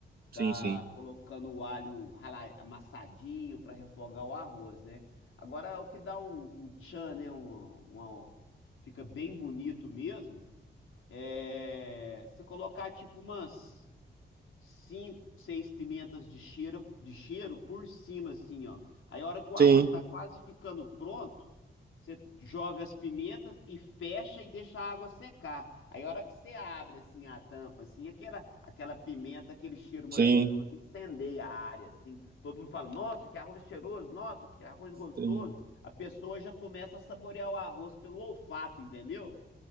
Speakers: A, on the right; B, on the left.
A: sim,
B: Tá
A: sim.
B: colocando o alho rala- amassadinho para refogar o arroz, né? Agora, o que dá um, um tchan, né? Uma, uma- Fica bem bonito mesmo. É você colocar tipo umas cinco, seis pimentas de cheiro, de cheiro por cima, assim, ó. Aí a hora que o
A: Sim,
B: arroz está quase ficando pronto, você joga as pimentas e fecha e deixa a água secar. Aí a hora que você abre, assim, a tampa, assim, aquela, aquela pimenta, aquele cheiro maravilhoso,
A: sim,
B: incendeia a área, assim. Todo mundo fala, nossa, que arroz cheiroso, nossa, que arroz gostoso.
A: sim.
B: A pessoa já começa a saborear o arroz pelo olfato, entendeu?